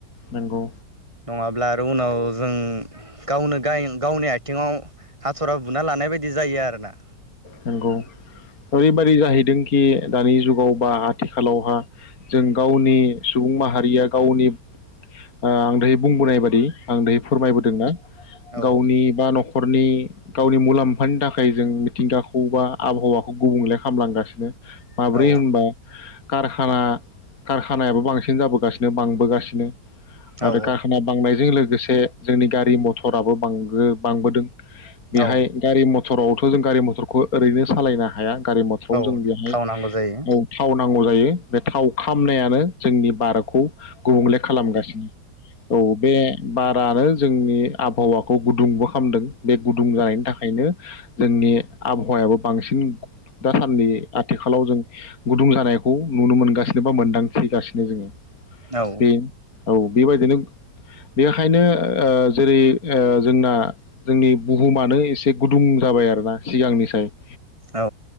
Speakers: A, on the left (about 50°); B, on the right (about 15°).
A: नंगौ
B: नङा आरो उनाव जों गावनो गाय गावनि थिङाव हाथरा बुना लानाय बायदि जायो आरो ना
A: नोंगौ ओरैबायदि जाहैदोंखि दानि जुगाव बा आथिखालावहा जों गावनि सुबुं माहारिया गावनि ओ आं दहाय बुंबोनाय बायदि आं दि फोरमायबोदों ना
B: औ
A: गावनि बा नखर <unintelligible> गावनि मुलाम्फानि थाखाय जों मिथिंगा खौबा आबहावाखौ गुबुंले खालामलांगासिनो माब्रै
B: औ
A: होनबा कारखाना कारखानायाबो बांसिन जाबोगासिनो बांबोगासिनो आरो
B: औ
A: कारखाना बांनायजों लोगो लोगोसे जोंनि गारि मथराबो बांगो-बांबोदों बेहाय
B: औ
A: गारि मथ सरगावथ जों गारि मथरखौ ओरैनो सालायनो हाया गारि मथराव जों
B: औ
A: बेहाय
B: थाव नांगौ जायो
A: औ थाव नां नांगौ जायो बे थाव खामनायानो जोंनि बारखौ गुबुंले खालामगासिनो औ बे बारारो जोंनि आबहावाखौ गुदुंबो खामदों बे गुदुं जानायनि थाखायनो जोंनि आब हवायाबो बांसिन दासान्दि आथिखालाव जों गुदुं जानायखौ नुनो मोनगासिनो बा मोनदांथिगासिनो जोङो
B: औ
A: बे औ बेबायदिनो बेखायनो ओ जेरै ओ जोंना जोंनि बुहुमानो एसे गुदुं जाबाय आरोना सिगांनि साय <inaudible>
B: औ